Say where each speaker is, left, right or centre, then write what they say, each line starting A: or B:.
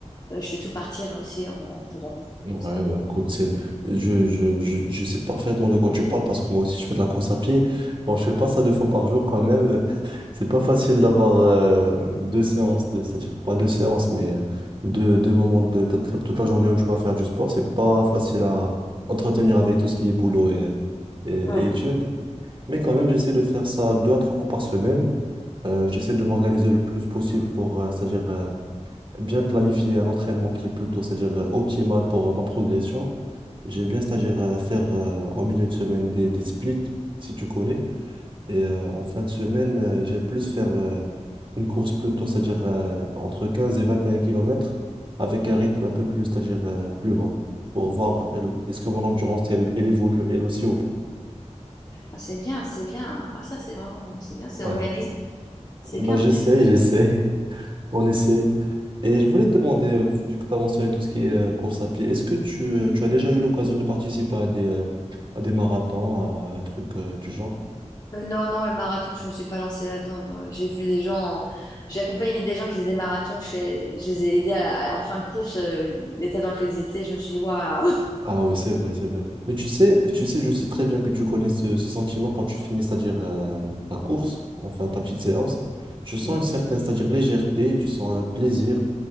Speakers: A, on the left; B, on the right.
A: Euh, je fais tout partir aussi en, en courant.
B: Ouais,
A: Ça-
B: ouais, écoute, c'est, je, je, je, je sais parfaitement de quoi tu parles parce que moi aussi je fais de la course à pied. Bon, je fais pas ça deux fois par jour quand même. <laughs> C'est pas facile d'avoir euh, deux séances, de, c'est-à-dire pas deux séances, mais euh, deux, deux moments de toute la toute la journée où tu vas faire du sport. C'est pas facile à entretenir avec tout ce qui est boulot et, et, et
A: ouais.
B: études. Mais quand même, j'essaie de faire ça deux à trois fois par semaine. Euh, j'essaie de m'organiser le plus possible pour, euh, c'est-à-dire, euh, bien planifier un entraînement qui est plutôt, c'est-à-dire, euh, optimal pour euh, ma progression. J'aime bien, c'est-à-dire, euh, faire euh, en milieu de semaine des, des splits, si tu connais. Et euh, en fin de semaine, euh, j'aime plus faire euh, une course plutôt, c'est-à-dire, euh, entre 15 et 21 kilomètres avec un rythme un peu plus, c'est-à-dire, euh, plus bas pour voir elle- est-ce que mon endurance, elle, elle évolue elle aussi ou pas.
A: Ah, c'est bien, c'est bien. Ah, ça, c'est vraiment, c'est bien, c'est
B: Ouais,
A: organisé. C'est
B: bah,
A: bien.
B: j'essaie,
A: Est-ce que-
B: j'essaie. On essaye. Et je voulais te demander, euh, vu que tu as mentionné tout ce qui est euh, course à pied, est-ce que tu, euh, tu as déjà eu l'occasion de participer à des, euh, à des marathons, à un truc euh, du genre?
A: Euh, non, non, le marathon, je me suis pas lancée là-dedans. Euh, J'ai vu des gens, j'ai accompagné des gens qui faisaient des marathons. Je, les je les ai aidés à la- à- en fin de course, euh, l'état dans lequel ils étaient. Je me suis dit, waouh! <laughs>
B: Ah oui, c'est vrai, c'est vrai. Mais tu sais, tu sais, je sais très bien que tu connais ce, ce sentiment quand tu finis, c'est-à-dire euh, ta course, enfin ta petite séance. Tu sens
A: Mm.
B: une certaine, c'est-à-dire légèreté, tu sens un plaisir